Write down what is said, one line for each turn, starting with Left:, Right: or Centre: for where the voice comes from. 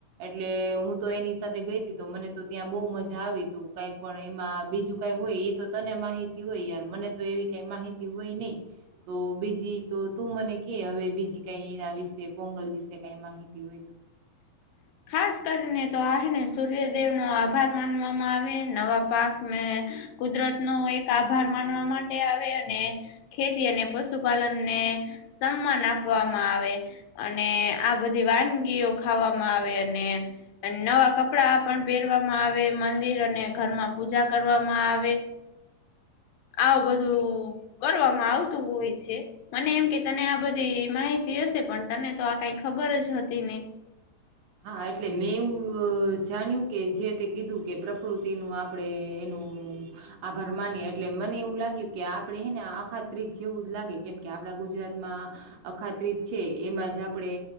Right: એટલે હું તો એની સાથે ગઈ હતી તો મને તો ત્યાં બહુ મજા આવી તું કઈ પણ એમાં બીજું કઈ હોય તો તને માહિતી હોય યાર મને તો એવી કઈ માહિતી હોય નહીિ તો બીજી તો તું મને કે હવે બીજી કઈ એના વિશે પોંગલ વિશે કઈ માહિતી હોય તો
Left: હ ખાસ કરીને તો આ ને સૂર્યદેવ નો આભાર માનવામાં આવે નવા પાકને કુદરત નો એક આભાર માનવા માટે આવે અને ખેતી અને પશુપાલનને સમાન આપવામાં આવે અને આ બધી વાનગીઓ ખાવામાં આવે નવા કપડા પણ પહેરવામાં આવે મંદિર અને ઘરમાં પૂજા કર કરવામાં આવે આવ બધું કરવામાં આવતું હોય છે મને એમ કે તને આ બધી માહિતી હશે પણ તને તો આ કઈ ખબર જ હતી નને
Right: હા એટલે મેં એવું જાણ્યું કે જે તે કીધું કે પ્રકૃતિનું આપણે એનું આભાર માની એટલે મને એવું લાગ્યું કે આપડે હે ને અખાત્રીજ જેવું જ લાગે કેમ કે આપણા ગુજરાતમાં અખાત્રિત છે એમાં જ આપણે